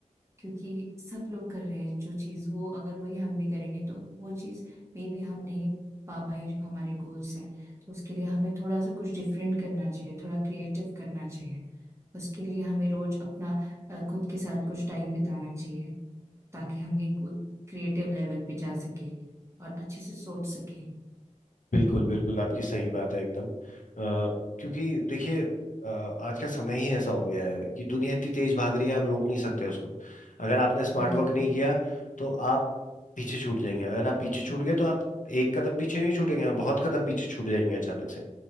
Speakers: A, on the right; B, on the left.
A: क्योंकि सब लोग कर रहे हैं जो चीज़ वो अगर वही हम भी करेंगे तो वो चीज़ मे बी हम नहीं पा पाए जो हमारे गोल्स हैं तो उसके लिए हमें थोड़ा सा कुछ डिफरेंट करना चाहिए थोड़ा क्रिएटिव करना चाहिए उसके लिए हमें रोज अपना अ, खुद के साथ कुछ टाइम बिताना चाहिए ताकि हम एक क्रिएटिव लेवल पे जा सके और अच्छे से सोच सके
B: बिल्कुल बिल्कुल आपकी सही बात है एकदम अ, क्योंकि देखिए अ, आज का समय ही ऐसा हो गया है कि दुनिया इतनी तेज भाग रही है आप रोक नहीं सकते उसको अगर आपने स्मार्ट
A: बिल्कुल
B: वर्क नहीं किया तो आप पीछे छूट जाएंगे अगर आप पीछे छूट गए तो आप एक कदम पीछे नहीं छूटेंगे आप बहुत कदम पीछे छूट जाएंगे अचानक से